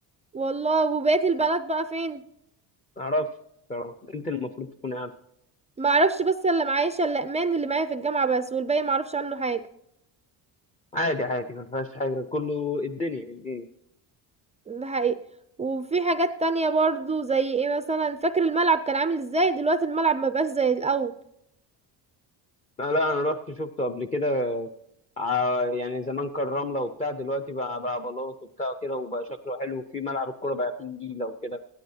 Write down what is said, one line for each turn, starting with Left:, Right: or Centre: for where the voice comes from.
Right: والله وبقية البنات بقى فين
Left: معرفش بصراحة انت المفروض تكون عارف
Right: ما اعرفش بس اللي معايا شلقمان اللي معايا في الجامعة بس والباقي ما اعرفش عنه حاجة
Left: عادي عادي ما فيهاش حاجة كله الدنيا الدنيا
Right: ده حقيقي وفي حاجات تانية برضو زي ايه مثلا فاكر الملعب كان عامل ازاي دلوقتي الملعب ما بقاش زي الاول
Left: لا لا انا رحت شفته قبل كده ع- يعني زمان كان رملة وبتاع دلوقتي بقى بقى بلاط وبتاع كده وبقى شكله حلو وفي ملعب الكورة بقى فيه نجيلة وكده